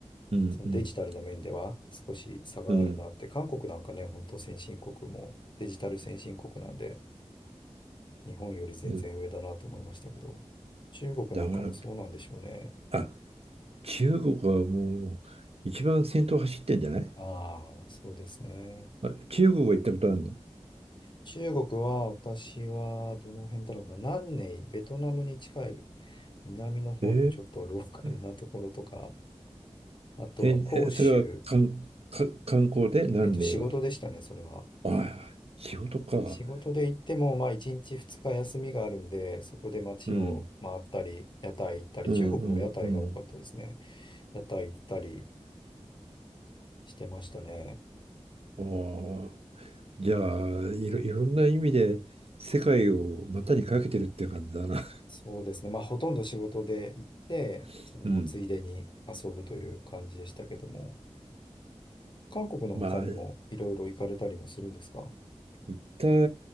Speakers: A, on the right; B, on the left.
A: うん
B: そのデジタルの面では少し差があるなって、
A: うん
B: 韓国なんかね、本当先進国もデジタル先進国なんで、日本より全然上だなと思いましたけど、
A: うん。
B: 中国なんかもそうなんでしょうね。
A: だから、あ、中国はもう一番先頭走ってんじゃない
B: ああ、そうですね。
A: あ中国は行ったことあるの
B: 中国は私はどの辺だろうな、南寧、ベトナムに近い南の方のちょっとローカルなところとか、
A: ええ
B: あとは広州、
A: え、えそれはかんか観光で何例は。
B: えっと、仕事でしたね、それは。
A: ああ、仕事か。
B: 仕事で行っても、まあ、1日2日休みがあるんで、そこで街を回ったり、
A: うん、
B: 屋台行ったり、
A: うん、
B: 中国も屋台が多かったですね。
A: うん、
B: 屋台行ったりしてましたね。
A: うん。ああ、じゃあ、いろ、いろんな意味で世界を股にかけてるっていう感じだな。
B: そうですね。まあ、ほとんど仕事で行って、
A: <laughs>
B: その、
A: うん。
B: ついでに遊ぶという感じでしたけども、韓国の他にもいろいろ行かれたりもするんですか
A: まあ、行った、